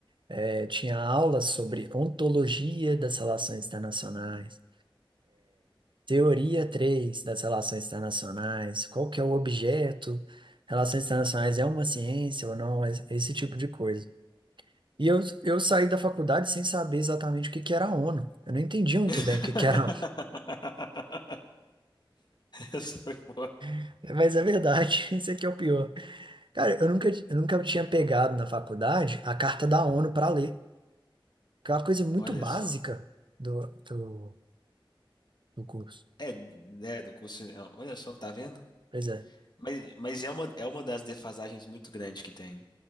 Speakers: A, on the right; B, on the left.
A: é, tinha aula sobre ontologia das relações internacionais. Teoria 3 das relações internacionais, qual que é o objeto, relações internacionais é uma ciência ou não, es- esse tipo de coisa. E eu, eu saí da faculdade sem saber exatamente o que que era a ONU. Eu não entendi muito
B: <laughs>
A: bem o que que era a ONU,
B: Essa foi boa.
A: <laughs> mas é verdade, <laughs> esse aqui é o pior. Cara, eu nunca, eu nunca tinha pegado na faculdade a carta da ONU para ler, que é uma coisa muito
B: Olha
A: básica
B: só.
A: do, do, do curso.
B: É, né, do curso. é, Olha só, tá vendo?
A: Pois é,
B: Mas, mas é uma, é uma das defasagens muito grandes que tem.